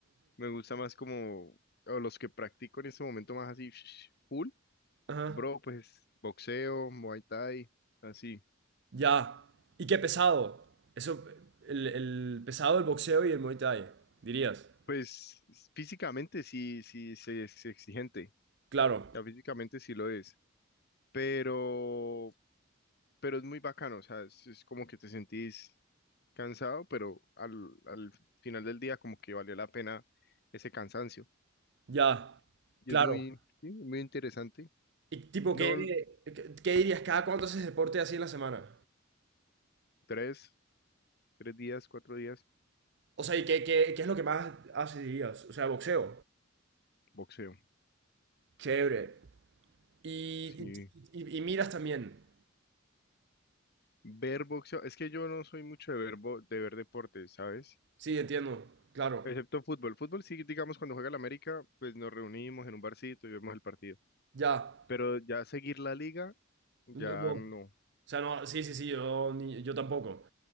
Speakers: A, on the left; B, on the right.
A: me gusta más como, o los que practico en este momento más así, <sniffs> full,
B: ajá,
A: bro, pues boxeo, muay thai, así.
B: ya. ¿Y qué pesado? Eso, el, el pesado del boxeo y el Muay Thai, dirías.
A: Pues físicamente sí, sí, sí es exigente,
B: Claro,
A: o sea, físicamente sí lo es, pero, pero es muy bacano, o sea, es, es como que te sentís cansado, pero al, al final del día como que valió la pena ese cansancio.
B: ya,
A: Y
B: claro.
A: es muy, sí, muy interesante.
B: Y tipo,
A: No,
B: ¿qué, qué, qué dirías? ¿Cada cuánto haces deporte así en la semana?
A: Tres, tres días, cuatro días,
B: O sea, ¿y qué, qué- qué es lo que más hacías? O sea, boxeo.
A: boxeo.
B: Chévere. Y, y,
A: Sí,
B: y- y miras también.
A: ver boxeo. Es que yo no soy mucho de ver, bo- de ver deportes, ¿sabes?
B: Sí, entiendo. Claro.
A: Excepto fútbol. Fútbol sí, digamos, cuando juega el América, pues nos reunimos en un barcito y vemos el partido.
B: Ya.
A: Pero ya seguir la liga, ya
B: No, no.
A: no.
B: O sea, no, sí, sí, sí, yo, ni- yo tampoco.